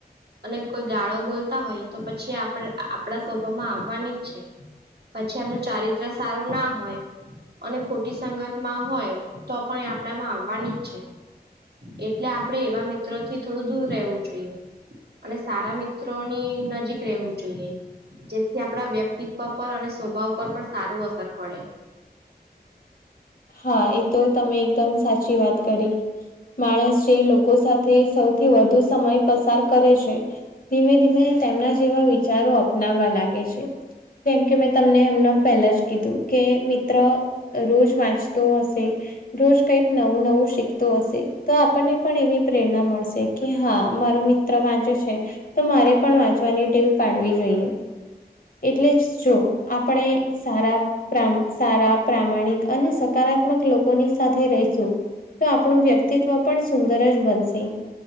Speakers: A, on the right; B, on the left.
A: અને કોઈ ગાળો બોલતા હોય તો પછી આપણા સ્વભામાં આવવાની જ છે. પછી એમનું ચારિત્ર સારું ના હોય. અને ખોટી સંગત માં હોય તો પણ એ આપડામાં આવવાની જ છે. એટલે આપડે એવા મિત્ર થી થોડું દૂર રહેવું જોઈએ. અને સારા મિત્રોની નજીક રહેવું જોઈએ. જેથી આપણા વ્યક્તિત્વ પર અને સ્વભાવ પર પણ સારું અસર પડે.
B: હા એ તો તમે એકદમ સાચી વાત કરી. માણસ જે લોકો સાથે સૌથી વધુ સમય પસાર કરે છે. ધીમે ધીમે તેમના જેવા વિચારો અપનાવવા લાગે છે, કેમ કે મે તમને એમના પહેલા જ કીધું કે મિત્ર રોજ વાંચ હશે રોજ કઈક નવું નવું શીખતો હશે તો આપણને પણ એવી, પ્રેરણા મળશે કે હા મારો મિત્ર વાંચે છે. તો મારે પણ વાંચવાની ટેવ પાડવી જોઈએ. એટલે જ જો આપણે સારા પ્રા સારા પ્રામાણિક અને જો હકારાત્મક લોકોની સાથે રહીશું તો આપણું વ્યક્તિત્વ પણ સુંદર જ બનશે.